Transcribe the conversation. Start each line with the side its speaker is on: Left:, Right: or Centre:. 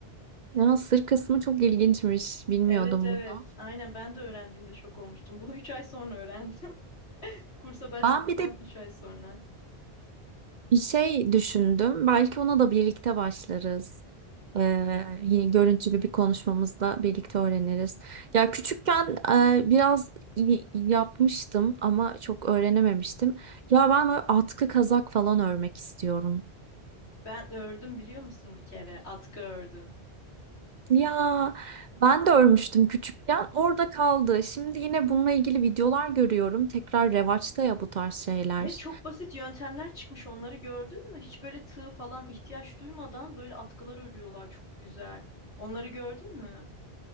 Right: Ya sır kısmı çok ilginçmiş. Bilmiyordum
Left: Evet evet.
Right: bunu.
Left: Aynen ben de öğrendiğimde şok olmuştum. Bunu 3 ay sonra öğrendim. <laughs> Kursa başladıktan
Right: Ben bir de
Left: 3 ay sonra.
Right: Şey düşündüm, belki ona da birlikte başlarız. Ee, yine görüntülü bir konuşmamızda birlikte öğreniriz. Ya küçükken e, biraz y- yapmıştım ama çok öğrenememiştim. Ya ben böyle atkı kazak falan örmek istiyorum.
Left: Ben ördüm biliyor musun bir kere? Atkı ördüm.
Right: Ya ben de örmüştüm küçükken, orada kaldı. Şimdi yine bununla ilgili videolar görüyorum. Tekrar revaçta ya bu tarz şeyler.
Left: Ve çok basit yöntemler çıkmış onları gördün mü? Hiç böyle tığ falan ihtiyaç duymadan böyle atkılar örüyorlar çok güzel. Onları gördün mü?